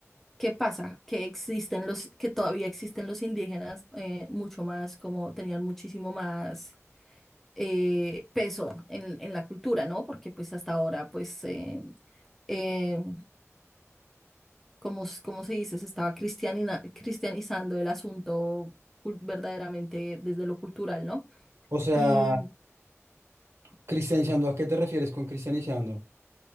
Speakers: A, in the centre; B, on the right.
A: ¿qué pasa? Que existen los, que todavía existen los indígenas eh, mucho más, como tenían muchísimo más eh, peso en, en la cultura, ¿no? Porque pues hasta ahora pues, eh, eh, como, s- como se dice, se estaba cristianina- cristianizando el asunto cul- verdaderamente desde lo cultural, ¿no?
B: O sea,
A: Y
B: cristianizando, ¿a qué te refieres con cristianizando?